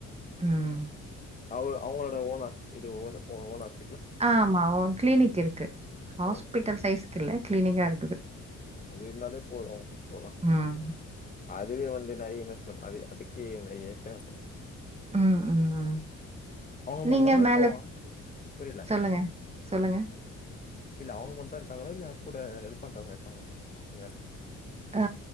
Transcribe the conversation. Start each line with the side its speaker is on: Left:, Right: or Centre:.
Right: ம்
Left: அவ அவங்களோட ஓனர் இது ஓ ஓனர்
Right: ஆ ஆமா ஒன் கிளினிக் இருக்கு ஹாஸ்பிட்டல்
Left: ஓகே ஓகே
Right: சைஸக்கு இல்ல கிளீனிக்கா இருக்குது
Left: அது இருந்தாலே போது உ போலா
Right: ம்.
Left: அதுவே வந்து நெறைய இன்வெஸ்ட்மெண்ட் அது அதுக்கேப்ப இருக்கனு
Right: ம், ம், ம்.
Left: அவுங்க மட்டு
Right: நீங்க
Left: தானா
Right: மேல
Left: இப்போ புரில
Right: சொல்லுங்க, சொல்லுங்க
Left: இல்ல அவுங்க மட்டு தா இருக்காங்களா இல்ல கூட ஹெல்ப் பண்றவங்க இருக்காங்கள அங்க
Right: ஆ